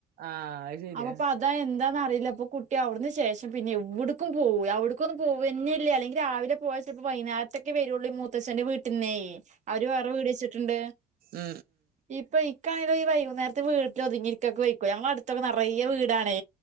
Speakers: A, on the right; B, on the right.
A: ആഹ് അത് ശരിയാ
B: അപ്പൊപ്പഅതാ എന്താന്ന അറിയില്ലപ്പൊ.. കുട്ടി അവിട്ന്ന് ശേഷം പിന്നെ എവിട്ക്കുംഴപോവുലര്വ അവിട്ക്കൊന്നും. പോവന്നല്ല്യ. അല്ലെങ്കി.. രാവിലെ പോയാ. ചെലപ്പോ വൈന്നരത്തെക്കെ. വെരുള്ളൂ ഈ മൂത്തച്ഛന്റെ വീട്ടന്നേ. അവര് വേറെ വീട് വെച്ചിട്ട്ണ്ട്..
A: ൊ
B: ഇപ്പം ഇക്കായത് ഈ വൈകുന്നേര്ത്ത് വീട്ടില് ഒതുങ്ങിരിക്കൊക്കൊയ്ക്കോ ഞങൾ അട്ത്തൊക്കെ ന്നറയെ വീടാണേ